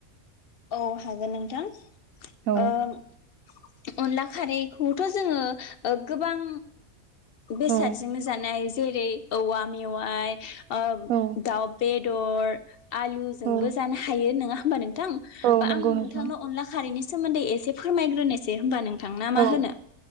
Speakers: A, on the left (about 55°); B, on the right (about 75°).
A: औ हागोन नोंथां।
B: औ
A: ओ। अनला खारैखौथ' जोङो ओ गोबां। बेसादजोंनो
B: औ
A: जानाय। जेरै औवा मेवाइ। आ
B: औ
A: दाउ बेे। दर। आलुजोंबो
B: औ
A: जानो हायो नोङा। होमबा नोंथां। आं
B: औ
A: नोंथांनो
B: नंगौ नोंथां
A: अनला खारैनि। सोमोन्दै एसे फोरमायग्रोनोसै होमबा नों। थां ना मा
B: औ
A: होनो